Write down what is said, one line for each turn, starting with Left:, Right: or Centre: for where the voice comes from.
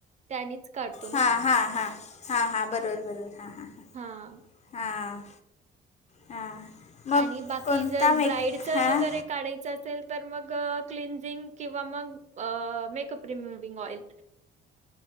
Right: त्यानीच काढतो. ना.
Left: हां हां हां हां हां. बरोबर, बरोबर. हां हां हां.
Right: हा.
Left: हां. हां. मग
Right: आणि बाकी
Left: कोणता
Right: जर
Left: मेक
Right: ब्राईडचं
Left: हां
Right: वगैरे काढायच असेल तर, मग क्लिनझिंग किंवा मग मेकअप रिमूविंग ऑइल